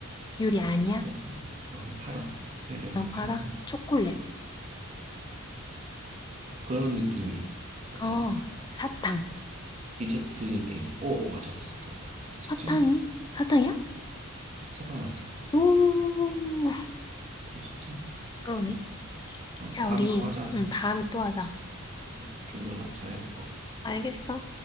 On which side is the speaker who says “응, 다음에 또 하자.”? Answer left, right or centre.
Left